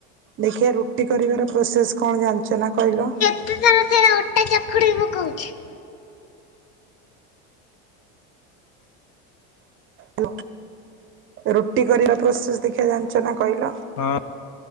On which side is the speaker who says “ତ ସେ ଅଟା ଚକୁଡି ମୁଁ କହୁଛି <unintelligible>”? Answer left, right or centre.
Left